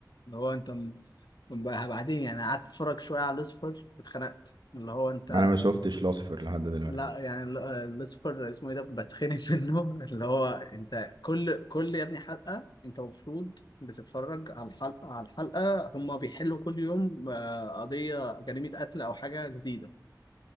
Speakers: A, on the left; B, on the right.
A: اللي هو انت م... بقى بعدين يعني قعدت اتفرج شويه على لوسيفر اتخنقت اللي هو انت
B: انا ما شفتش لوسيفر لحد دلوقتي
A: لا يعني ال- آه، لوسيفر اسمه ايه ده بتخنق <laughs> منه اللي هو انت كل كل يا ابني حلقه انت المفروض بتتفرج على الحلقه على الحلقه هم بيحلوا كل يوم آه، قضيه جريمه قتل او حاجه جديده